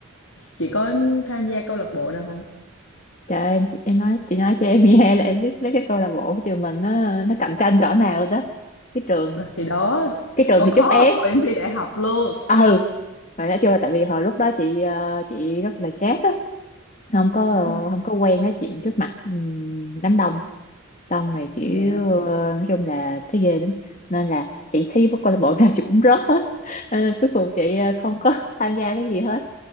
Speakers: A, on the left; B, on the left.
A: chị có tham gia câu lạc bộ nào không?
B: trời ơi, chị em nói chị nói cho em <laughs> nghe là em biết mấy cái câu lạc bộ của trường mình nó nó cạnh tranh cỡ nào rồi đó cái trường
A: Đó, thì đó
B: cái trường
A: còn
B: thì
A: khó
B: chút é
A: hơn hồi em thi đại học luôn.
B: ừ mà nói chung là tại vì hồi lúc đó chị ờ, chị rất là chát á không có ờ,
A: Ừ.
B: không có quen nói chuyện trước mặt ừm, đám đông xong rồi chị
A: Dạ.
B: ờ, nói chung là thấy ghê lắm nên là chị thi với câu lạc bộ nào <laughs> chị cũng rớt hết Ờ, cuối cùng chị ờ, không có <laughs> tham gia cái gì hết